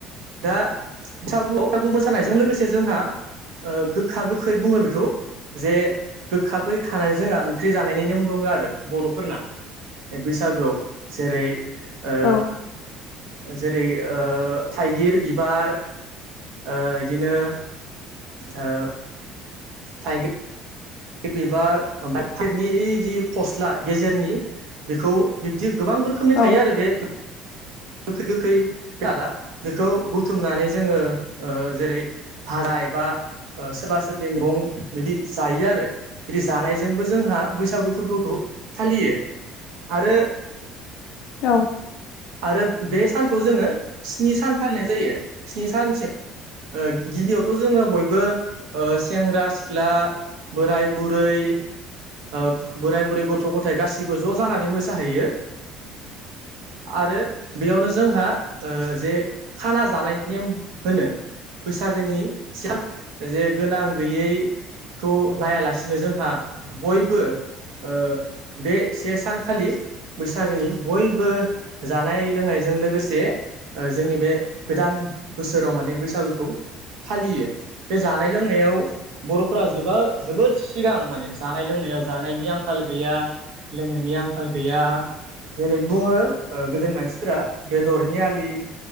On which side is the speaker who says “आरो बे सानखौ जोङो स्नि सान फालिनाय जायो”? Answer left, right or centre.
Right